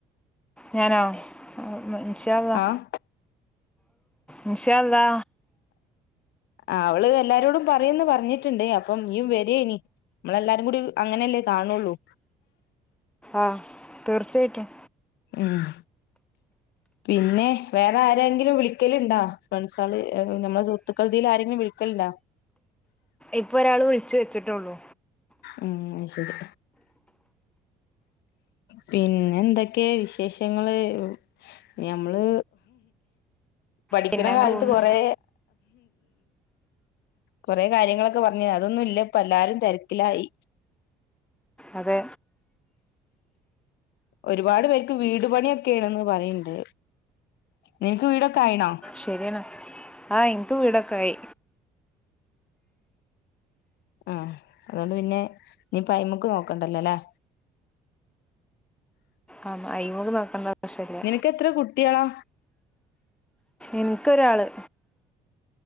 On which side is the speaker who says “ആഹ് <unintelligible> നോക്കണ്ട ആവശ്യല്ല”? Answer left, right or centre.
Centre